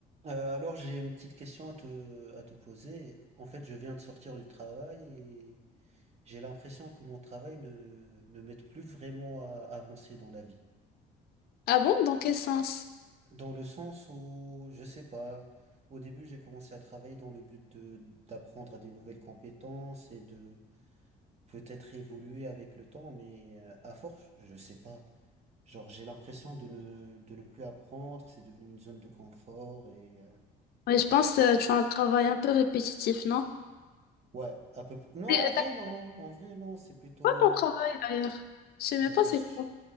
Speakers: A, on the right; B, on the left.
A: Euh, alors j'ai une petite question à te, à te poser. En fait, je viens de sortir du travail et j'ai l'impression que mon travail ne, ne m'aide plus vraiment à avancer dans la vie.
B: Ah bon? Dans quel sens?
A: Dans le sens où, je sais pas, au début j'ai commencé à travailler dans le but de d'apprendre à des nouvelles compétences et de peut-être évoluer avec le temps, mais euh, à force, je sais pas. Genre j'ai l'impression de ne, de ne plus apprendre, c'est devenu une zone de confort et... euh,
B: Oui, je pense que tu as un travail un peu répétitif, non?
A: Ouais, à peu près. Non,
B: Et,
A: en
B: euh,
A: vrai,
B: T'as fait
A: non. En vrai, non, c'est plutôt.
B: quoi ton travail d'ailleurs? Je sais même
A: euh,
B: pas c'est
A: je-
B: quoi.